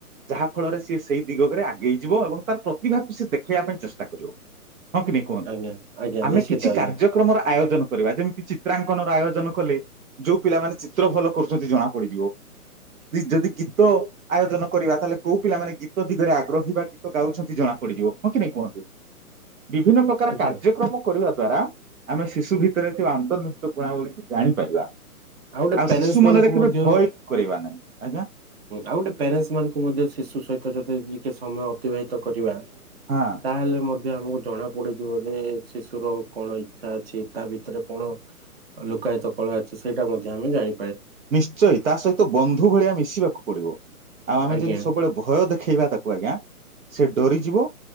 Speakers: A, on the right; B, on the right.
A: ଯାହା ଫଳରେ ସିଏ ସେଇ ଦିଗରେ ଆଗେଇ ଯିବ ଏବଂ ତାର ପ୍ରତିଭାକୁ ସି ଦେଖେଇବା ପାଇଁ ଚେଷ୍ଟା କରିବ। ହଁ କି ନାହିଁ କୁହନ୍ତୁ
B: ଆଜ୍ଞା ଆଜ୍ଞା
A: ଆମେ
B: ନିଶ୍ଚିତ
A: କିଛି
B: ଆଜ୍ଞା
A: କାର୍ଯ୍ୟକ୍ରମର ଆୟୋ ଆୟୋଜନ କରିବା ଯେମିତି ଚିତ୍ରାଙ୍କନର ଆୟୋଜନ କଲେ ଯୋଉ ପିଲାମାନୋନ ଚିତ୍ର ଭଲ କରୁଛନ୍ତି ଜଣା ପଡିଯିବ ଯଦି ଗୀତ ଆୟୋଜନ କରିବା ତାହେଲେ କୋଉ ପିଲାମାନେ ଗୀତ ଦିଗରେ ଆଗ୍ରହୀ ବା ଗୀତ ଗାଉଛନ୍ତି ଜଣା ପଡିଯିବ ହଁ କି ନାଇଁ କୁହନ୍ତୁ। ବିଭିନ୍ନ ପ୍ରକାର
B: ଆଜ୍ଞା
A: କାର୍ଯ୍ୟକ୍ରମ କରିବା। ଦ୍ଵାରା ଆମେ ଶିଶୁ ଭିତରେ ଥିବା ଅନ୍ତର୍ଭୁକ୍ତ କୁଣା ଗୁିଡିକୁ ଜାଣିପାରିବା।
B: ଆଉ ଗୋଟେ ପ୍ୟାରେଣ୍ଟସ୍
A: ଶିଶୁ ମନରେ
B: ମାନଙ୍କୁ
A: କେବେ
B: ମଧ୍ୟ ହଁ
A: ଭୟ କରେଇବା ନାହିଁ ଆଜ୍ଞା
B: ଆଉ ଗୋଟେ ପ୍ୟାରେଣ୍ଟସ୍ ମାନଙ୍କୁ ମଧ୍ୟ ଶିଶୁ ସହିତ ଯଦି ଟିକେ ସମୟ ଅତିବାହିତ କରିବା।
A: ହଁ
B: ତାହେଲେ ମ ଆମକୁ ଜଣା ପଡିଯିବ ଯେ ଶିଶୁର କଣ ଆଶା ଅଛି ତା ଭିତରେ କଣ ଲୁକାୟତ କଳା ଅଛି? ସେଇଟା ମଧ୍ୟ ଆମ ଜାଣି
A: ନିଶ୍ଚୟ ତା ସହିତ ବନ୍ଧୁ ଭଳିଆ ମିଶିବାକୁ ପଡିବ। ଆଉ ଆମେ
B: ଆଜ୍ଞା
A: ଯଦି ସବୁବେଳେ ଭୟ ଦେଖେଇବା ତାକୁ ଆଜ୍ଞା ସେ ଡରିଯିବ